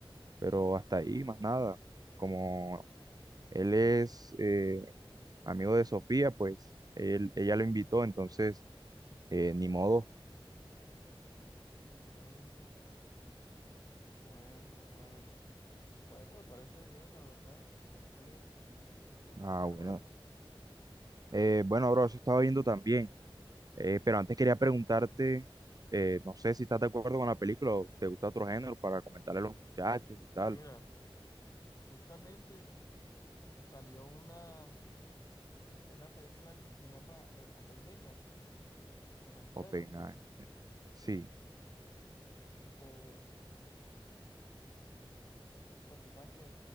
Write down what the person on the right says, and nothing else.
Pero hasta ahí, más nada. Como él es eh, amigo de Sofía, pues él, ella lo invitó, entonces eh, ni modo.
Ah,
bueno.
Eh, bueno, bro, eso estaba viendo también. Eh, pero antes quería preguntarte, eh, no sé si estás de acuerdo con la película o te gusta otro género para comentarle a los muchachos y tal.
Oppenheimer. Sí.